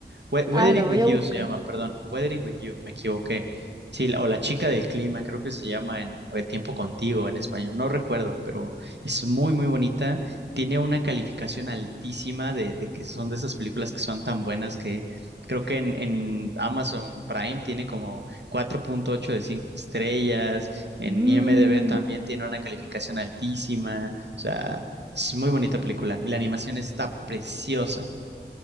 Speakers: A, on the right (about 70°); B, on the right (about 20°).
A: We- Weathering
B: Ah, la voy
A: with
B: a
A: You
B: buscar.
A: se llama, perdón, Weathering with You, me equivoqué. Sí, la- o La chica del clima, creo que se llama en o El tiempo contigo en español, no recuerdo, pero es muy, muy bonita. Tiene una calificación altísima de, de que son de esas películas que son tan buenas que creo que en, en Amazon Prime tiene como cuatro punto ocho de 5 estrellas, en
B: Mm.
A: IMDb también tiene una calificación altísima, o sea, es muy bonita película y la animación está preciosa.